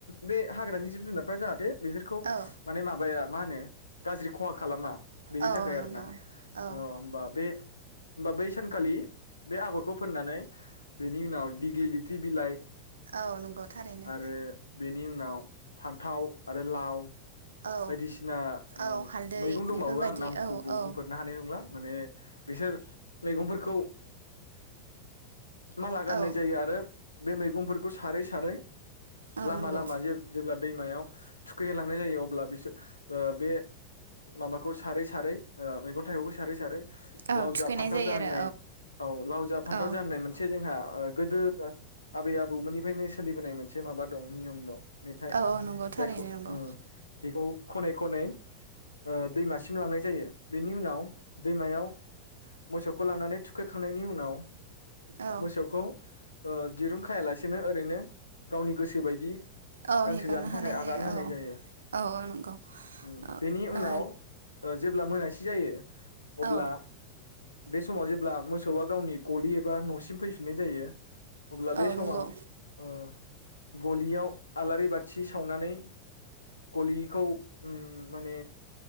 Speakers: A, on the left; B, on the right.
A: बे हाग्रानि जिब जुनारफ्रा जाहाथे बिसोरखौ
B: औ
A: माने माबाया मा होनो गाज्रि खहा खालामा। बेनि
B: औ
A: थाखाय
B: औ
A: आरो
B: नंगौ
A: ना
B: औ
A: ओ होमबा बे होमबा बै सानखालि बे आगरखौ फोननानै बेनि उनाव दिग्लिलिथि बिलाइ
B: औ नंगौ थारैनो
A: आरो बेनि उनाव फान्थाव आरो लाव
B: औ
A: बायदिसिना ओम
B: औ हालदै
A: मैगं दंबावो
B: बेफोरबायदि
A: आं नामखौ
B: औ औ
A: बुंफोरनो हानाय नंला माने बिसोर मैगंफोरखौ माला गाननाय
B: औ
A: जायो। आरो बे मैगंफोरखौ सारै सारै
B: औ
A: लामा-लामा
B: नंगौ
A: जे जेब्ला दैमायाव थुखैनाय लांनाय जायो अ अब्ला बेसोर ओ बे माबाखौ सारै बारै ओ मै गं थायगंखौ सारै-सारै
B: औ
A: लाव
B: थुखैनाय
A: जा फान्थाव
B: जायो
A: जा
B: आरो
A: होननाय औ लाव जा फान्थाव
B: औ
A: जा होननाय मोनसे जोंहा ओ गोदो आबै-आबौमोननिफ्रायनो सोलिबोनाय मोनसे माबा दं नियम दं। मेथाइ
B: औ औ नंगौ थारैनो
A: जायखौ
B: नंगौ
A: उम खौ खनै खनै ओ दैमासिम लांनाय जायो बेनि उनाव दैमायाव मोसौखौ लांनानै थुखैखांनायनि उनाव
B: औ
A: मोसौखौ ओ दिरुं खायालासेनो ओरैनो गावनि गोसो बायदि
B: औ
A: गांसो
B: हेगारना
A: जानो थाखाय
B: होनाय जायो
A: आगार होनाय
B: औ
A: जायो
B: औ औ नंगौ
A: ओम
B: औ
A: बेनि उनाव
B: ओ
A: जेब्ला मोनासि जायो अब्ला
B: औ
A: बे समाव जेब्ला मोसौआ गावनि गलि एबा न'सिम फैफिननाय जायो अब्ला बे
B: औ
A: समाव
B: नंगौ
A: ओ गलियाव आलारि बाथि सावनानै गलिखौ ओम माने